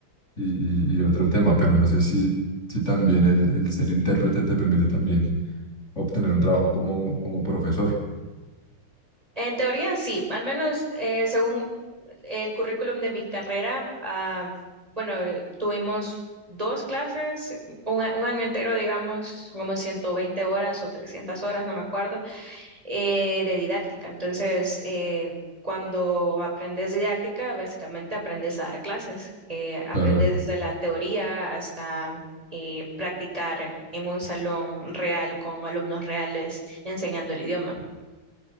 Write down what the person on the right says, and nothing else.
En teoría, sí, al menos eh, según el currículum de mi carrera, ah, bueno, eh, tuvimos dos clases, un, a- un año entero, digamos, como 120 horas o 300 horas, no me acuerdo, eh, de didáctica. Entonces, eh, cuando aprendes didáctica, básicamente aprendes a dar clases. Eh, aprendes
desde la teoría hasta eh, practicar en un salón real con alumnos reales enseñando el idioma.